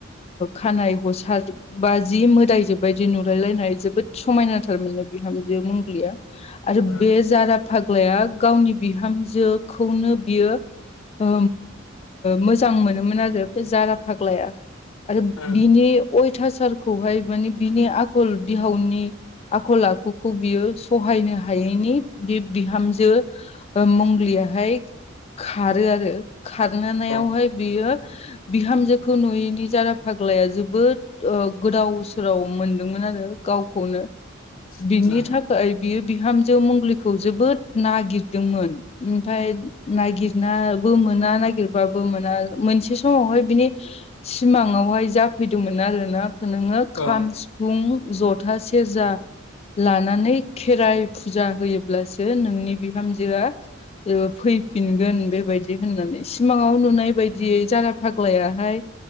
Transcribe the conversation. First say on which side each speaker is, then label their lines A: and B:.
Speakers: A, on the left; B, on the left.
A: खानाय गसार बा जि मो दायजो बायदि नुलायलायनाय जोबोद समायनाथारमोननो बिहामजो मंग्लिया। आरो
B: उम
A: बे जारा फाग्लाया गावनि बिहामजोखौनो बियो ओ मोजां मोनोमोन आरो बे जारा फाग्लाया। आरो
B: उम
A: बिनि अयथासारखौहाय माने बिनि आखल बिहावनि आखल आखुखौ बियो सहायनो हायैनि बे बिहामजो मंगलियाहाय खारो आरो खारनायावहाय
B: औ
A: बियो बिहामजोखौ नुयैनि जारा फाग्लाया जोबोद ओ गोदाव सोराव मोनदोंमोन आरो गावखौनो
B: उम
A: बिनि था खाय बियो बिहामजो मंगलिखौ जोबोद नागिरदोंमोन। ओमफाय नागिरनाबो मोना नागिरबाबो मोना मोनसे समावहाय बिनि सिमाङावहाय जाफैदोंमोन आरो ना नोङो खाम
B: औ
A: फुं जथा सेरजा लानानै खेराइ फुजा होयोब्लासो नोंनि बिहामजोआ फैफिनगोन बेबायदि होननानै सिमाङाव नुनाय बायदियै जारा फाग्लायाहाय